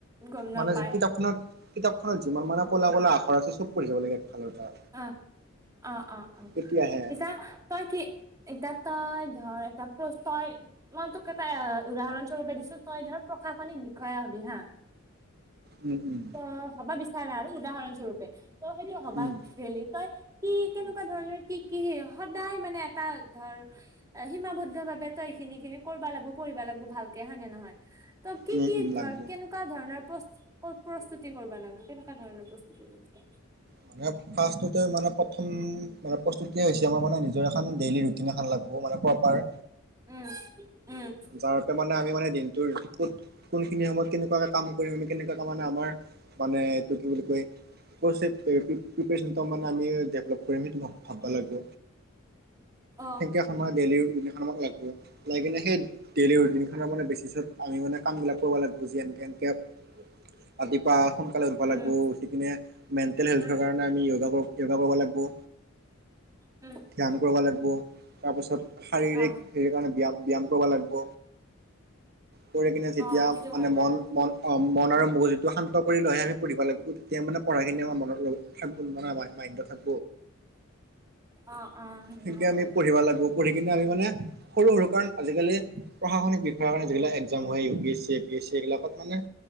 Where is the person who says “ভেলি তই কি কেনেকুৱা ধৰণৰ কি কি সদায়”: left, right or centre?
Right